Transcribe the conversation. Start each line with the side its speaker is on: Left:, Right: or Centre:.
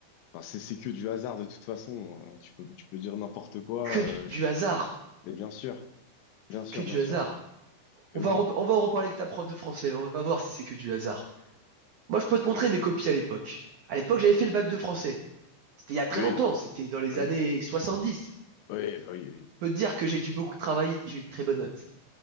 Left: enfin, c'est, c'est que du hasard de toute façon. Euh, tu peux, tu peux dire n'importe quoi.
Right: Que du
Left: euh, je-
Right: du hasard,
Left: mais bien sûr, bien sûr,
Right: que du
Left: bien sûr.
Right: hasard.
Left: Mais
Right: On va,
Left: oui,
Right: rep- on va en reparler avec ta prof de français, on va voir si c'est que du hasard. Moi, je peux
Left: d'accord.
Right: te montrer mes copies à l'époque. À l'époque, j'avais fait le bac de français. C'était il y a très
Left: Oui,
Right: longtemps, c'était dans les
Left: oui,
Right: années 70. Je
Left: oui, oui, oui.
Right: peux te dire que j'ai dû beaucoup travailler, j'ai eu une très bonne note.